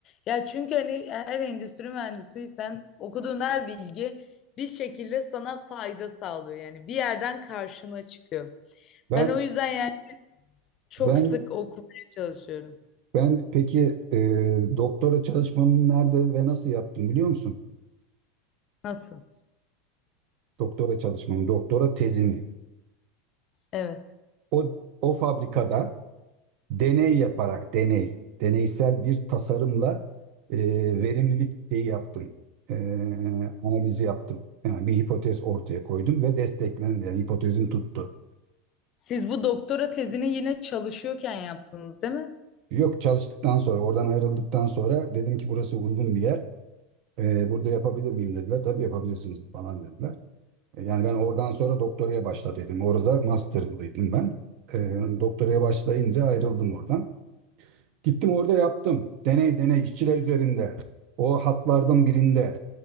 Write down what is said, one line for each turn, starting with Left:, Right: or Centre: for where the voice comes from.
Left: Ya çünkü hani her endüstri mühendisiysen okuduğun her bilgi bir şekilde sana fayda sağlıyor. Yani bir yerden karşına çıkıyor.
Right: Ben
Left: Ben o yüzden yani çok
Right: ben
Left: sık okumaya çalışıyorum.
Right: Ben peki e, doktora çalışmamı nerede ve nasıl yaptım biliyor musun?
Left: Nasıl?
Right: Doktora çalışmamı, doktora tezimi.
Left: Evet.
Right: O, o fabrikada deney yaparak, deney, deneysel bir tasarımla e, verimlilik şeyi yaptım. E, analizi yaptım. Yani bir hipotez ortaya koydum ve desteklendi. Yani hipotezim tuttu.
Left: Siz bu doktora tezini yine çalışıyorken yaptınız, değil mi?
Right: Yok çalıştıktan sonra, oradan ayrıldıktan sonra dedim ki burası uygun bir yer. E, burada yapabilir miyim dediler. Tabii yapabilirsiniz falan dediler. Yani ben oradan sonra doktoraya başladıydım. Orada master'daydım ben. E, doktoraya başlayınca ayrıldım oradan. Gittim orada yaptım. Deney deney işçiler üzerinde. O hatlardan birinde.